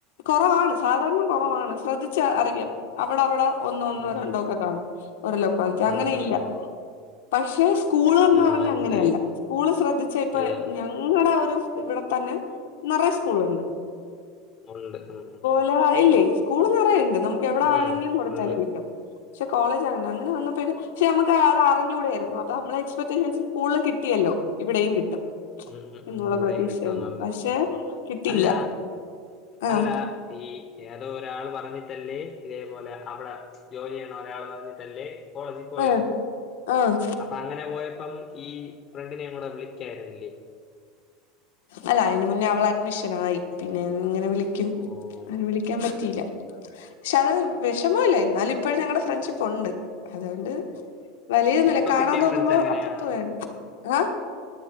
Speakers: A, on the left; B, on the left.
A: കുറവാണ് സാധാരണ കുറവാണ് ശ്രദ്ധിച്ച അറിയാം അവിടെ അവിടെ ഒന്നോ ഒന്നോ
B: ഉം
A: രണ്ടോ
B: ഉം
A: ഒക്കെ കാണും ഓര ലോക്ക
B: ഉണ്ട്
A: അങ്ങനെ ഇല്ല
B: ഉം
A: പക്ഷെ സ്കൂള്ന്ന്
B: ഉം
A: പറഞ്ഞ
B: മനസ്സിലായി
A: അങ്ങനെയല്ല സ്കൂള് ശ്രദ്ധിച്ച ഇപ്പൊ
B: എല്ലാം ഉം
A: ഞങ്ങടെ ഒരു ഇവിടെ തന്നെ നറയ സ്കൂളുണ്ട്
B: ഉണ്ട് ഉ ഉ
A: ഇയാളായില്ലേ സ്കൂൾ നിറയേണ്ട് നമുക്ക് എവിടെ ആണെങ്കിലും
B: ഉം
A: കൊടുത്താല്
B: ഉണ്ട്
A: കിട്ടും പക്ഷെ കോളേജ് അങ്ങനാ അങ്ങനെ വന്നപ്പേക് പക്ഷെ നമുക്ക് അതറിഞ്ഞുടെയിരുന്നു അപ്പോ നമ്മള എക്സ്പെക്ഷൻസ് സ്കൂളിൽ കിട്ടിയല്ലോ ഇവിടെയും കിട്ടും
B: ഉ ഉ
A: എന്നുള്ള
B: ഉ ഇവിടെ
A: പ്രതീക്ഷയായിരുന്നു
B: കിട്ടുംന്ന് പറഞ്ഞ്
A: പക്ഷെ കിട്ടിയില്ല
B: അല്ല
A: ആഹ്
B: അല്ല ഈ ഏതോ ഒരാൾ പറഞ്ഞിട്ടല്ലേ ഇതേപോലെ അവിടെ ജോലിയാണ് ഒരാൾ പറഞ്ഞിട്ടല്ലേ കോളേജിൽ പോയത്
A: ആഹ് ആഹ്
B: അപ്പൊ അങ്ങനെ പോയപ്പം ഈ ഫ്രണ്ടിനെകൂടെ വിളിക്കായിരുന്നില്ലേ
A: അല്ല അയിന് മുന്നേ അവള് അഡ്മിഷനായി പിന്നെ എങ്ങനെ വിളിക്കും
B: ഓ
A: അങ്ങനെ വിളിക്കാൻ പറ്റ് റ്റീലാ ക്ഷെ അത് വിഷമോല്ല എന്നാല ഇപ്പോഴും ഞങ്ങളടെ ഫ്രണ്ട്ഷിപ്പ് ഉണ്ട് അതുകൊണ്ട് വലിയൊന്നുല്ല
B: ഇപ്പൊ
A: കാണാൻ
B: കിട്ടിയ
A: തോന്നുമ്പോ
B: ഫ്രണ്ട്സ് എങ്ങനെയാണ്
A: അപ്പുറത്ത പോയര്ന്ന് ആ